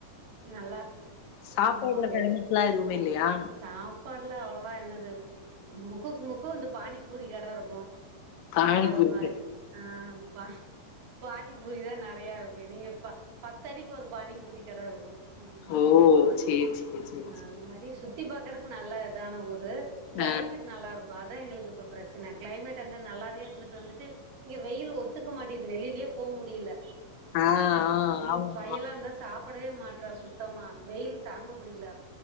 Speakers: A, on the right; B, on the left.
A: நல்லா
B: சாப்பாடுல
A: ஆமாங்க
B: ஃபேமஸ்லாம் எதுவுமே இல்லையா?
A: சாப் சாப்பாடுல அவ்ளோவா என்னது முக்குக்கு முக்குக்கு வந்து பானிபூரி கட இருக்கும்
B: பானி
A: அது
B: பூரி.
A: மாரி ஆ பா பானிபூரிதான் நறையா இருக்கும் இவிங்க ப பத்தடிக்கு ஒரு பானிபூரி கட இருக்கும் ம்
B: ஓ! சேரி, சேரி, சேரி,
A: ம்
B: சேரி.
A: அதுமாரி சுத் சுத்தி பாக்குறதுக்கு நல்ல தி பாக்குறக்கு நல்ல இதான ஊரு கிளைமேட்
B: ஆ.
A: நல்லாருக்கு அத எங்களுக் இப்ப பிரச்சனை கிளைமேட் அங்க நல்லாவே இருந்துட்டு வந்துட்டு இங்க வெயில் ஒத்துக்க மாட்டேது வெளியிலயே போ முடில
B: ஆ, ஆ.
A: ம்
B: ஆமாமா.
A: பையெல்லா இந்தா சாப்பிடவே மாற்ற சுத்தமா வெயில் தாங்க முடில